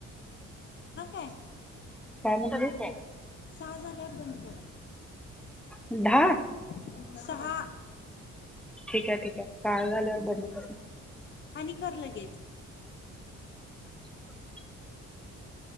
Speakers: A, on the left; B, in the centre.
A: हं काय?
B: काय म्हणली
A: सहा झाल्यावर बंद कर
B: दहा
A: <unintelligible> सहा
B: ठीक आहे ठीक आहे सहा झाल्यावर बंद करतो
A: आणि कर लगेच
B: हो